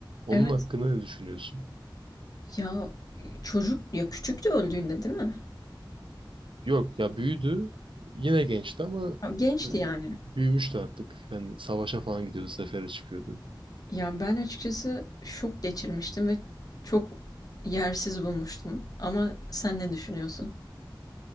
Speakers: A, on the right; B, on the left.
A: Onun
B: Evet.
A: hakkında ne düşünüyorsun?
B: Ya çocuk ya küçüktü öldüğünde değil mi?
A: Yok ya büyüdü. Yine gençti ama
B: Ya, gençti
A: e,
B: yani.
A: büyümüştü artık. Yani savaşa falan gidiyordu. Sefere çıkıyordu.
B: Ya ben açıkçası şok geçirmiştim ve çok yersiz bulmuştum. Ama sen ne düşünüyorsun?